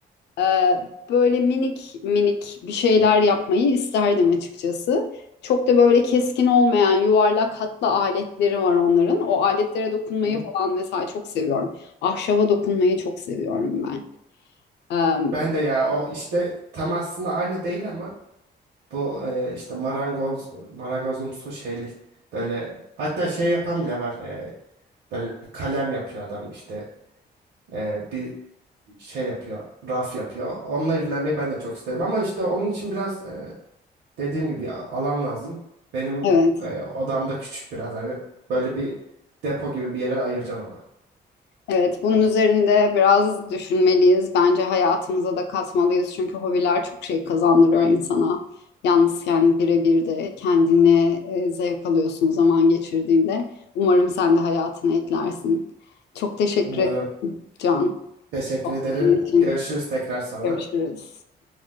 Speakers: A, on the left (about 85°); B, on the right (about 85°).
A: Ee, böyle minik minik bir şeyler yapmayı isterdim açıkçası. Çok da böyle keskin olmayan yuvarlak hatlı aletleri var onların. O aletlere dokunmayı
B: Hı hı.
A: falan mesela çok seviyorum. Ahşaba dokunmayı çok seviyorum ben. Ee,
B: Ben de ya o işte tam aslında aynı değil ama bu e, işte marangoz marangozumsu şeyli böyle hatta şey yapan bile var e, böyle kalem yapıyor adam işte e, bir şey yapıyor, raf yapıyor. Onunla ilgilenmeyi ben de çok isterim ama işte onun için biraz e, dediğim gibi alan lazım. Benim
A: evet.
B: e, odam da küçük biraz hani böyle bir depo gibi bir yere ayıracaksın ona.
A: Evet, bunun üzerinde biraz düşünmeliyiz. Bence hayatımıza da katmalıyız. Çünkü hobiler çok şey kazandırıyor insana. Yalnızken birebir de kendine e, zevk alıyorsun zaman geçirdiğinde. Umarım sen de hayatına eklersin. Çok teşekkür
B: Umarım.
A: ederim Can.
B: Teşekkür ederim.
A: Senin için.
B: Görüşürüz tekrar sonra.
A: Görüşürüz.